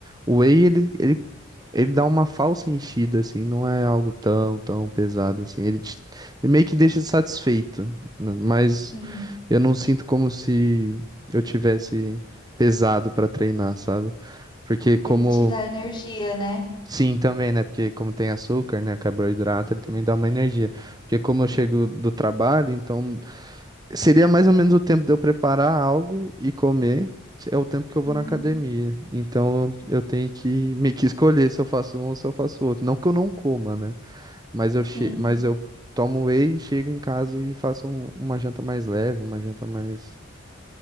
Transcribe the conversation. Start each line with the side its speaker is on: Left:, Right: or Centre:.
Right: O whey, ele, ele, ele dá uma falsa enchida, assim, não é algo tão, tão pesado, assim. Ele, te- ele meio que deixa satisfeito, né? mas
Left: sim.
Right: eu não sinto como se eu tivesse pesado para treinar, sabe? Porque como...
Left: Ele te dá energia, né?
Right: Sim, também, né? Porque como tem açúcar, né? Carboidrato, ele também dá uma energia. Porque como eu chego do trabalho, então Seria mais ou menos o tempo de eu preparar algo e comer, é o tempo que eu
Left: Uhum,
Right: vou na academia. Então eu tenho que meio que escolher se eu faço um ou se eu faço outro. Não que eu não coma, né? Mas eu, che
Left: sim.
Right: mas eu tomo whey, chego em casa e faço um- uma janta mais leve, uma janta mais,